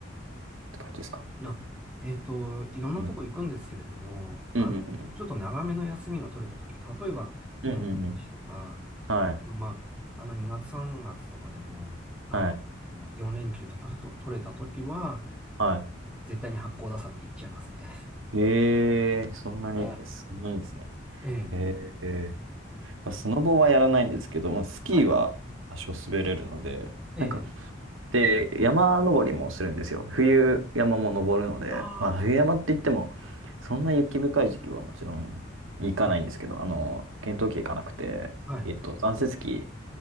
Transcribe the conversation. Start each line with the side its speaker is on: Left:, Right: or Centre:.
Right: て感じですか
Centre: あ、えっと、いろんなとこ行くんですけれども、
Right: うん。うんうんうん
Centre: あの、ちょっと長めの休みが取れたとき、例えば年末年始とか、
Right: うん。うんうんうん。はい。
Centre: あとまあ、あの2月3月とかでも、あの、
Right: はい。
Centre: 4連休とかちょっと取れたときは、
Right: は
Centre: 絶対に八甲田山に行っちゃいますね。
Right: い。ええそんなに、
Centre: <laughs> はい。
Right: そんなにですね。
Centre: <laughs> ええ。
Right: ええまあスノボはやらないんですけど、まあ、スキーは多少滑れるので、
Centre: はい。ええ。
Right: なんか、で、山登りもするんですよ。冬山も登るので、
Centre: ああ。
Right: まあ、冬山って言っても、そんな雪深い時期はもちろん行かないんですけど、
Centre: ええ。
Right: あの、検討期行かなくて、
Centre: はい。
Right: えっと、残雪期、